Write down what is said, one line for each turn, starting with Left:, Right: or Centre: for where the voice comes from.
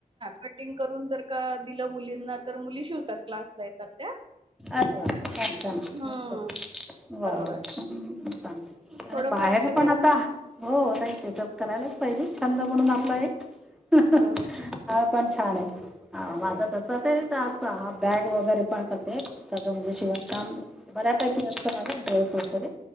Right: कटिंग करून. दिलं मुलींना तर मुली शिवतात क्लासला येतात त्या
Centre: अरे वा! छान! छान!
Right: हम्म
Centre: असत वा!
Right: होय
Centre: वा! आणि
Right: थोडंफार
Centre: बाहेर
Right: आपलं
Centre: पण
Right: कर
Centre: आता हो. करायलाच पाहिजे छ म्हण आप
Right: हो
Centre: छान आहे माझं तस असता हा बॅग वगैरे पण कर. सगळं म्हणजे शिवणकाम बऱ्यापैकी असतं माझं ड्रेस वगैरे.